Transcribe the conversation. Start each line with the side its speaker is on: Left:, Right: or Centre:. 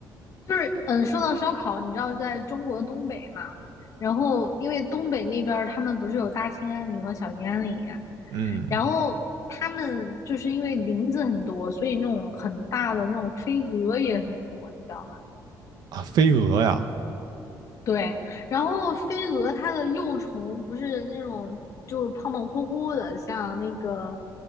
Left: 就是嗯，说到烧烤，你知道在中国东北嘛？然后因为东北那边儿他们不是有大兴安岭和小兴安岭，
Right: 嗯
Left: 然后他们就是因为林子很多，所以那种很大的那种飞蛾也很多，你知道。吗？
Right: 啊，飞蛾呀，
Left: 对，然后飞蛾它的幼虫不是那种就是胖胖乎乎的，像那个、